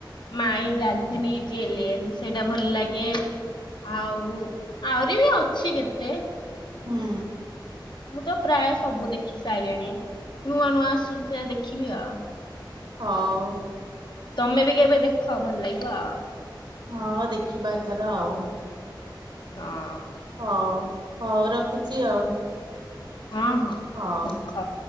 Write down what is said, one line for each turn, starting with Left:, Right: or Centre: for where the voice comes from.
Left: ମାଇ ଗାର୍ଲଫ୍ରେଣ୍ଡଇଜ ଏଲିଏନ ସେଇଟା ଭଲ ଲାଗେ। ଆଉ ଆହୁରି ବି ଅଛି କେତେ।
Right: ହୁଁ।
Left: ମୁଁ ତ ପ୍ରାୟ ସବୁ ଦେଖି ସାଇଲିଣି ନୂଆ ନୂଆ ଆସୁଛିି ସେରା ଦେଖିବି ଆଉ।
Right: ହଉ।
Left: ତମେ ବି କେବେ ଦେଖ ଭଲ ଲାଗିବ ଆଉ।
Right: ହଁ ଦେଖିବା ଏଥର ଆଉ।
Left: ଅଁ।
Right: ହଉ ହଉ ରଖୁଛି ଆଉ।
Left: ହଁ ହଁ।
Right: ହଉ।
Left: ରଖ।